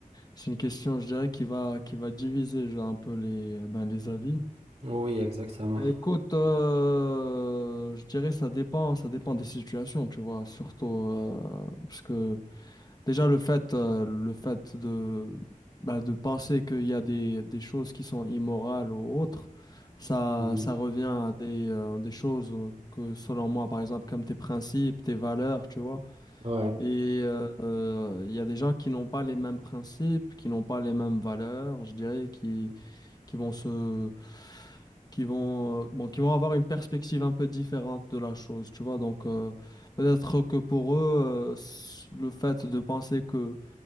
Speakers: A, on the left; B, on the right.
A: c'est une question, je dirais, qui va, qui va diviser genre, un peu les, euh, ben, les avis.
B: Oui, exactement.
A: Ben, écoute, euh, je dirais ça dépend, ça dépend des situations, tu vois, surtout euh, parce que déjà le fait, euh, le fait de, ben, de penser qu'il y a des, des choses qui sont immorales ou autres, ça,
B: Mhm.
A: ça revient à des, euh, des choses euh, que selon moi, par exemple, comme tes principes, tes valeurs, tu vois.
B: Ouais.
A: Et euh, euh, il y a des gens qui n'ont pas les mêmes principes, qui n'ont pas les mêmes valeurs, je dirais, qui, qui vont se, qui vont, euh, bon, qui vont avoir une perspective un peu différente de la chose, tu vois. Donc, euh, peut-être que pour eux, euh, s- le fait de penser que,